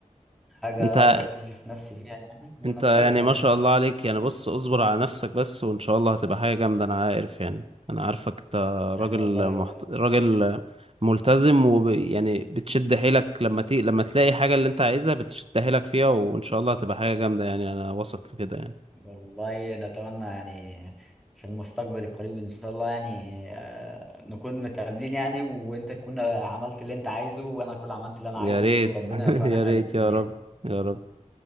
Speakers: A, in the centre; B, on the right.
A: حاجه
B: انت
A: اقدر اكتشف نفسي فيها يعني وننطلق
B: انت يعني
A: بعد
B: ما
A: كده
B: شاء الله عليك يعني بص اصبر على نفسك بس وان شاء الله هتبقى حاجة جامدة انا عارف يعني انا عارفك انت
A: يعني
B: راجل
A: والله
B: محت... راجل ملتزم ويعني بتشد حيلك لما تي... لما تلاقي حاجة اللي انت عايزها بتشد حيلك فيها وان شاء الله هتبقى حاجة جامدة يعني انا واثق في كده يعني
A: والله نتمنى يعني في المستقبل القريب ان شاء الله يعني آه، نكون متقابلين يعني وانت تكون عملت اللي انت عايزه وانا اكون عملت اللي انا
B: يا
A: عايزه
B: ريت
A: وربنا يوفقنا
B: <laughs> يا
A: احنا
B: ريت
A: الاتنين
B: يا رب
A: يعني
B: يا رب